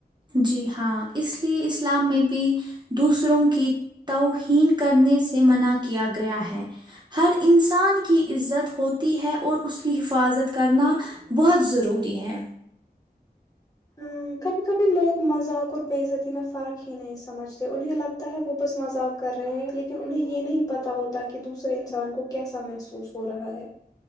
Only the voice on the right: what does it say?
جی ہاں اس لیے اسلام میں بھی دوسروں کی توہین کرنے سے منع کیا گیا ہے ہر انسان کی عزت ہوتی ہے اور اس کی حفاظت کرنا بہت ضروری ہے